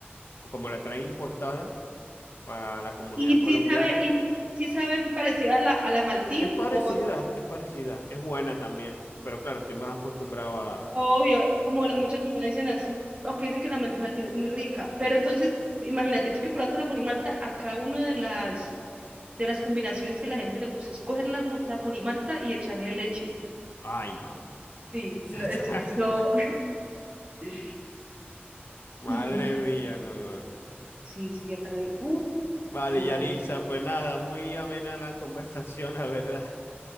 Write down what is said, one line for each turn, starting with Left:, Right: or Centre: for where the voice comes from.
Left: como la traen importada para la comunidad
Right: Y
Left: colombiana.
Right: sí sabe, y sí, sí sabe parecida a la, a la maltín
Left: Es parecida,
Right: o
Left: es parecida, es buena también. Pero claro, estoy más acostumbrado a,
Right: Obvio, eh, como
Left: a
Right: la-
Left: la...
Right: muchas personas dicen así, aunque dicen que la mal- maltina es muy rica, pero entonces imagínate tú que probaste la ponimalta, acá una de las de las combinaciones que la gente le gusta es coger la, mo- la ponimalta y echarle leche.
Left: Ay, no. no,
Right: Sí, no,
Left: no.
Right: es, eso,
Left: <laughs>
Right: <laughs>
Left: Madre
Right: sí, sí,
Left: mía, no, no.
Right: sí, sí, acá hay, uf,
Left: Vale,
Right: yo-
Left: Yarixa, pues nada, muy amena la conversación, la verdad.